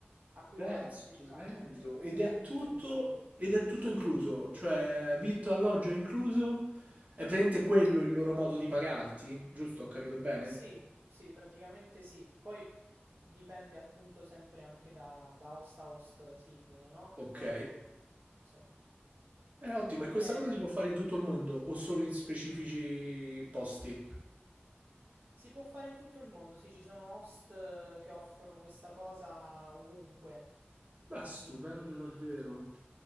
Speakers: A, on the right; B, on the right.
A: a cui
B: Beh,
A: vuoi partecipare.
B: stupendo. Ed
A: Però è
B: è
A: molto
B: tutto,
A: interessante.
B: ed è tutto incluso, cioè vitto, alloggio è incluso. È praticamente quello il loro modo di pagarti, giusto? Ho capito bene?
A: Sì, sì, praticamente sì. Poi dipende appunto sempre anche da, da host a host singolo, no?
B: Ok.
A: Però, insomma,
B: È ottimo, e questa
A: è
B: cosa si può fare in tutto il mondo o solo in specifici posti?
A: Si può fare in tutto il mondo, sì, ci sono host eh, che offrono questa cosa ovunque,
B: Beh, stupendo
A: quindi,
B: davvero.